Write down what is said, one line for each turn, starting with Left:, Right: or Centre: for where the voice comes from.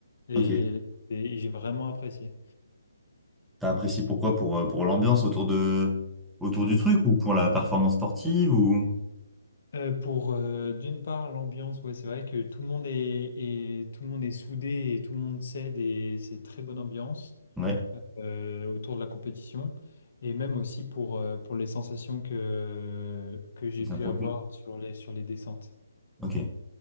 Left: Et,
Centre: ok.
Left: et j'ai vraiment apprécié.
Centre: T'as apprécié pourquoi? Pour, euh, pour l'ambiance autour de, autour du truc ou pour la performance sportive ou...
Left: Euh, pour euh, d'une part l'ambiance, ouais, c'est vrai que tout le monde est, est- tout le monde est soudé et tout le monde s'aide et c'est très bonne ambiance.
Centre: Ouais,
Left: euh, autour de la compétition et même aussi pour, euh, pour les sensations que, que j'ai
Centre: ça
Left: pu
Centre: procure.
Left: avoir sur les, sur les descentes.
Centre: Ok.